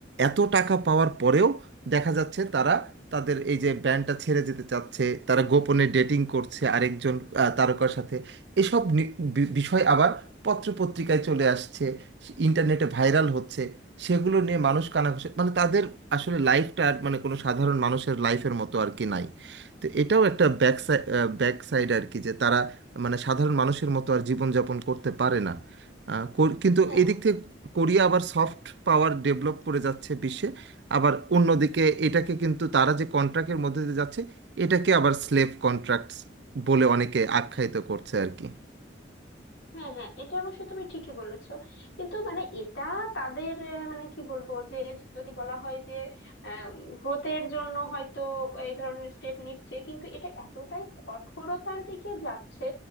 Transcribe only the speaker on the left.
হ্যাঁ
হ্যাঁ হ্যাঁ এটা অবশ্য তুমি ঠিকই বলেছো কিন্তু মানে এটা তাদের আহ, মানে কি বলবো যে যদি বলা হয় যে গ্রোথের জন্য হয়তো এই ধরনের স্টেপ নিচ্ছে কিন্তু এটা এতটাই কঠোরতার দিকে যাচ্ছে